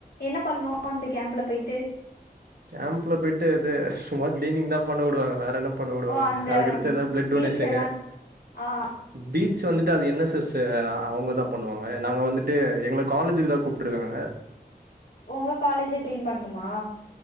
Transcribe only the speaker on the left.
என்ன பண்ணணு அந்த கேம்ப்ல போயிட்டு
ஓ அந்த
பீச்
எல்லா ஆ
ஒங்க காலேஜ கிளீன் பண்ணுமா